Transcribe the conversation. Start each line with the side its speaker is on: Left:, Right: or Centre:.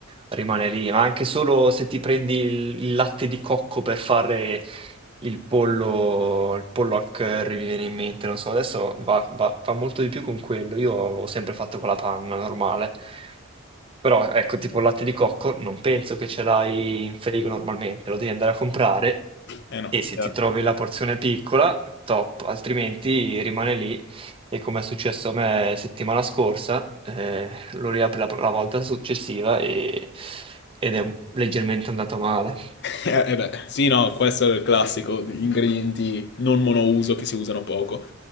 Right: rimane lì. Ma anche solo se ti prendi il, il latte di cocco per fare il pollo, il pollo al curry, mi viene in mente, non so, adesso va, va- fa molto di più con quello. Io ho sempre fatto con la panna normale. Però ecco, tipo il latte di cocco, non penso che ce l'hai in frigo normalmente, lo devi andare a comprare
Left: Eh no,
Right: e
Left: chiaro.
Right: se ti trovi la porzione piccola, top, altrimenti rimane lì e come è successo a me settimana scorsa, eh, lo riapri la, la volta successiva e- ed è leggermente andato male.
Left: Eh, eh beh, sì, no, questo è il classico degli ingredienti non monouso che si usano poco.